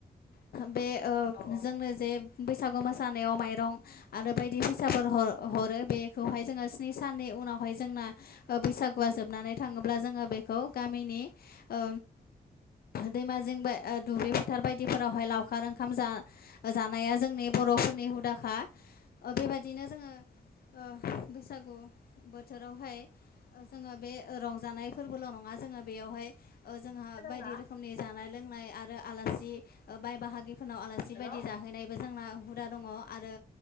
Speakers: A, on the left; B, on the left.
A: बे ओ
B: औ औ
A: जोंनो जे बैसागु मोसा मोसानाव माइरं आरो बायदि फैसाफोर हर-हरो बेखौहाय स्नि साननि उनावहाय जोंना बैसागुआ जोबनानै थांङोब्ला जोंङो बेखौ गामिनि ओ दैमा जिं बा ओ दुब्लि फोथार बायदिफोरावहाय लावखार ओंखाम जा-जानाया जोंनि बर' फोरनि हुदाखा ओ बेबायदिनो जोङो ओ बैसागु बोथोरावहाय जोङो बे ओ रंजानाय फोरबोल' नंङा जोंङो बेयावहाय जोंहा
B: खोनादोंना
A: बायदि रोखोमनि जानाय लोंनाय आरो आलासि बाय बाहागि फोरनाव आलासि
B: हेल'
A: बायदि जाहैनायबो जोंना हुदा दङ आरो